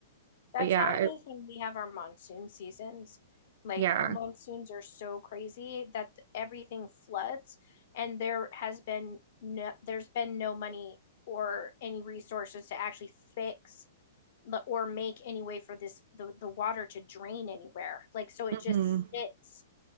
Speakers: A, on the left (about 55°); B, on the right (about 55°).
A: That's
B: but yeah,
A: how
B: I,
A: it is when we have our monsoon seasons. Like
B: yeah.
A: our monsoons are so crazy that th- everything floods, and there has been no, there's been no money or any resources to actually fix the, or make any way for this the, the water to drain anywhere. Like so it
B: hmm
A: just sits